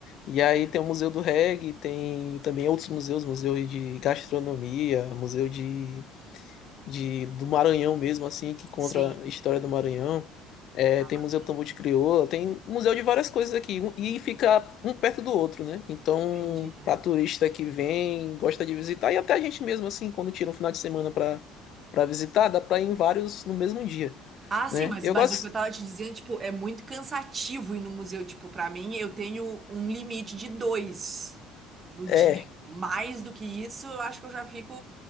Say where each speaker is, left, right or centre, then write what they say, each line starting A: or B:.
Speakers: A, on the left; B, on the right.
A: E aí tem o Museu do Reggae, tem também outros museus, museu de gastronomia, museu de de do Maranhão mesmo, assim, que conta
B: Sim.
A: a história do Maranhão. É,
B: Ah,
A: tem
B: bacana,
A: Museu do Tambor de Crioula, tem museu de várias coisas aqui, um- e fica um perto do outro, né? Então,
B: entendi.
A: para turista que vem, gosta de visitar, e até a gente mesmo, assim, quando tira um final de semana para para visitar, dá para ir em vários no mesmo dia,
B: Ah, sim,
A: né?
B: mas,
A: Eu
B: mas
A: gosto.
B: o que eu tava te dizendo, tipo, é muito cansativo ir no museu. Tipo, pra mim, eu tenho um limite de dois no
A: É,
B: dia. Mais do que isso, eu acho que eu já fico.